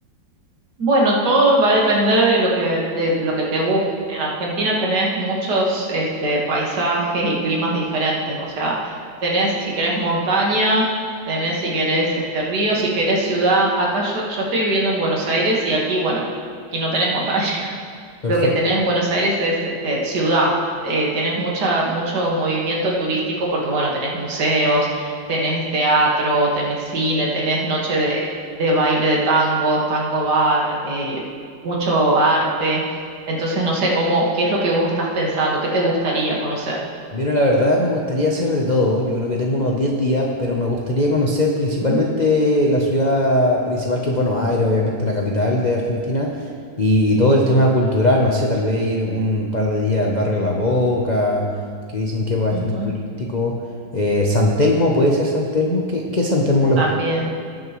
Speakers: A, on the right (about 60°); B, on the left (about 55°).
A: Bueno, todo va a depender de lo que, de lo que te guste. En Argentina tenés muchos, este, paisajes y climas diferentes. O sea, tenés, si querés, montaña, tenés, si querés, este, río, si querés, ciudad. Acá yo, yo estoy viviendo en Buenos Aires y aquí, bueno, aquí no tenés montaña.
B: Perfecto.
A: Lo que tenés en Buenos Aires es este, ciudad. Eh, tenés mucha, mucho movimiento turístico porque, bueno, tenés museos, tenés teatro, tenés cine, tenés noche de, de baile de tango, tango bar, eh, mucho arte. Entonces, no sé, cómo, ¿qué es lo que vos estás pensando? ¿Qué te gustaría conocer?
B: Mira, la verdad me gustaría hacer de todo. Yo creo que tengo unos 10 días, pero me gustaría conocer principalmente
A: Ujú,
B: la ciudad principal, que es Buenos Aires, obviamente la capital de Argentina, y, todo el tema cultural, no sé, tal vez ir un par de días al barrio La Boca, que dicen que es bastante
A: ujú,
B: turístico. Eh, San Telmo, ¿puede ser San Telmo? ¿Qué, qué es San Telmo lo
A: También.
B: escuché?